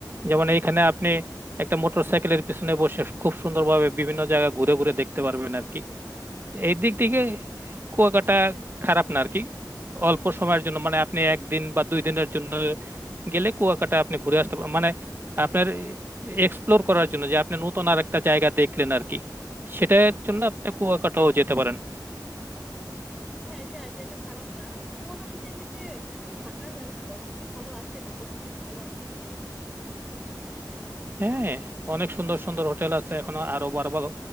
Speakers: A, on the right (about 30°); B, in the centre.
A: যেমন এইখানে আপনি একটা মোটর সাইকেলের পিছনে বসে খুব সুন্দরভাবে বিভিন্ন জায়গা ঘুরে ঘুরে দেখতে পারবেন আর কি এই দিক থেকে কুয়াকাটা খারাপ না আর কি অল্প সময়ের জন্য মানে আপনি একদিন বা দুই দিনের জন্য গেলে কুয়াকাটা আপনি ঘুরে আসতে পারবেন মানে আপনার এক্সপ্লোর করার জন্য যে আপনি নতুন আর একটা জায়গা দেখলেন আর কি সেটার জন্য আপনি কুয়াকাটাও যেতে পারেন
B: হ্যাঁ এটা আইডিয়াটা খারাপ না কুয়াকাটাতে এমনিতে মানে থাকার ব্যবস্থা কি ভালো আছে হোটেল টোটেল ভালো আছে কিছু
A: হ্যাঁ অনেক সুন্দর সুন্দর হোটেল আছে এখন আরো বড় ভালো